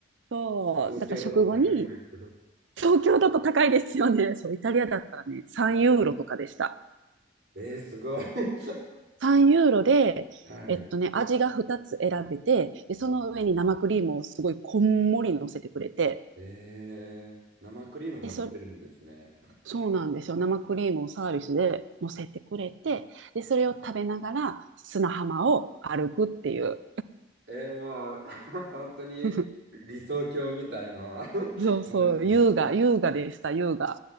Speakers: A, on the right; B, on the right.
A: そう、
B: 東京だと高いんですけど。
A: だから食後に、東京だと高いですよね。そう、イタリアだったらね、3ユーロとかでした。
B: えー、すごい。<laughs>
A: 3ユーロで、
B: はい。
A: えっとね、味が2つ選べて、で、その上に生クリームをすごいこんもり乗せてくれて、
B: えー、生クリームも乗せるんですね。
A: で、そ、そうなんですよ。生クリームをサービスで乗せてくれて、で、それを食べながら砂浜を歩くっていう。
B: えー、もう <laughs> 本当に理想郷みたいな
A: <laughs>
B: <laughs>
A: そうそう、
B: 話ですね。
A: 優雅、優雅でした、優雅。